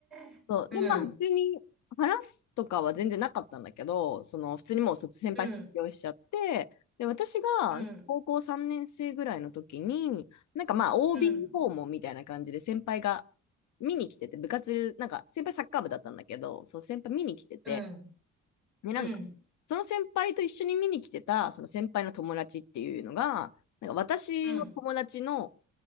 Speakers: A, in the centre; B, on the left.
A: えうん、
B: そう。で、まあ、普通に話すとかは全然なかったんだけど、その、普通にもう卒先輩卒業しちゃって、
A: うん、
B: で、私が高校3年生ぐらいの時に、
A: うん、
B: なんかまあ、OB
A: うん、
B: 訪問みたいな感じで先輩が見に来てて、部活、なんか先輩サッカー部だったんだけど、そう、先輩見に来てて、
A: うん、
B: で、なんか、
A: うん、
B: その先輩と一緒に見に来てた、その先輩の友達っていうのが、なんか私の友達の
A: うん、